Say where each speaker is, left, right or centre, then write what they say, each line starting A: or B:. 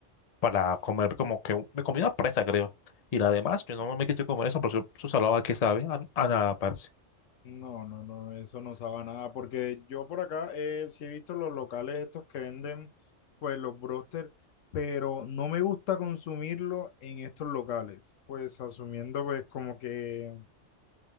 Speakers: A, on the left; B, on the left.
A: para comer como que un- me comí una presa, creo. Y la demás, yo no me quise comer eso, pero su salada que sabe, a, a nada, parce.
B: No, no, no, eso no sabe a nada, porque yo por acá eh, sí he visto los locales estos que venden, pues los broster, pero no me gusta consumirlo en estos locales, pues asumiendo pues como que